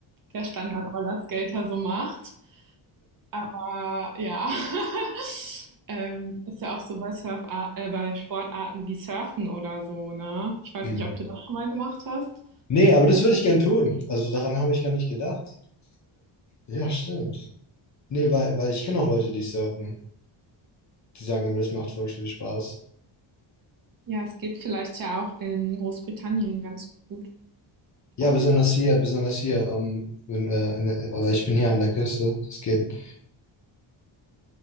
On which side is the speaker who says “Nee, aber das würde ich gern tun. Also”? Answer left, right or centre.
Left